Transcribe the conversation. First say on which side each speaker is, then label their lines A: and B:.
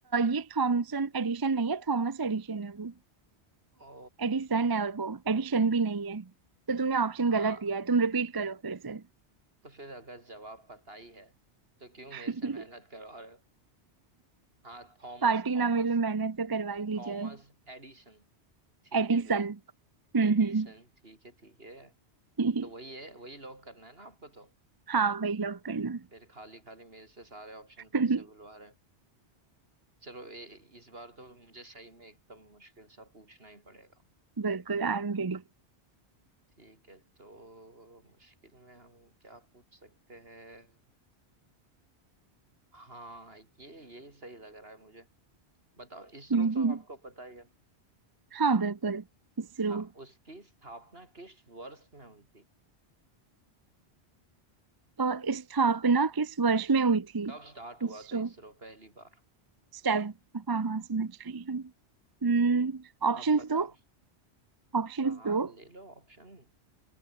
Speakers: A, on the right; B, on the right.
A: ये थॉमसन एडिशन नहीं है थॉमस एडिशन है वो
B: ओ
A: एडिसन है और वो एडिशन भी नहीं है तो तुमने ऑप्शन
B: हाँ
A: गलत दिया है तुम रिपीट करो फिर से
B: तो फिर अगर जवाब पता ही है तो क्यों मेरे
A: <laughs>
B: से मेहनत करो और हाँ थॉमस
A: पार्टी
B: थॉमस
A: ना मिले मैंने तो करवा ही ली
B: थॉमस
A: जाए
B: एडिशन ठीक
A: एडिसन
B: है भाई,
A: हम्म
B: एडिसन
A: हम्म
B: ठीक है ठीक है
A: <laughs>
B: तो वही है वही लॉक करना है ना आपको तो
A: हाँ वही लॉक करना
B: फिर खाली खाली मेरे से सारे ऑप्शन
A: <laughs>
B: फिर से बुलवा रहे हैं चलो ए, इस बार तो मुझे सही में एकदम मुश्किल सा पूछना ही पड़ेगा
A: बिल्कुल आई एम रेडी
B: ठीक है तो मुश्किल में हम क्या पूछ सकते हैं हाँ ये ये सही लग रहा है मुझे बताओ इसरो
A: हम्म
B: तो आपको पता ही है
A: हाँ बिल्कुल इसरो
B: हाँ उसकी स्थापना किस वर्ष में हुई थी
A: अ, स्थापना किस वर्ष में हुई थी
B: कब स्टार्ट हुआ
A: इसरो
B: था इसरो पहली बार
A: स्टेप हाँ हाँ समझ गई हम हम्म ऑप्शंस
B: आप बताओ
A: दो ऑप्शंस
B: हाँ
A: दो
B: ले लो ऑप्शन